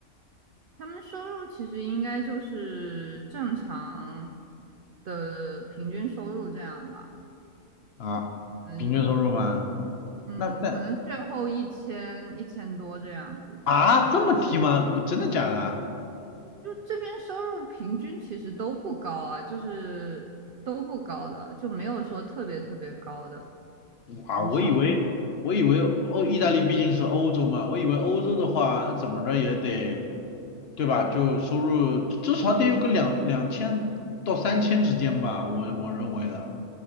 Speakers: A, on the right; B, on the left.
A: 他们收入其实应该就是正常的平均收入这样吧，
B: 啊，
A: 可能
B: 平均收入吗？
A: 嗯，
B: 那那
A: 可能税后一千一千多这样估计。
B: 啊，这么低吗？不，真的假的啊？
A: 就这边收入平均其实都不高啊，就是都不高的，就没有说特别特别高的，
B: 哇，
A: 很少。
B: 我以为我以为欧意大利毕竟是欧洲嘛，我以为欧洲的话，那怎么着也得，对吧？就收入至少得有个两两千到三千之间吧，我我认为的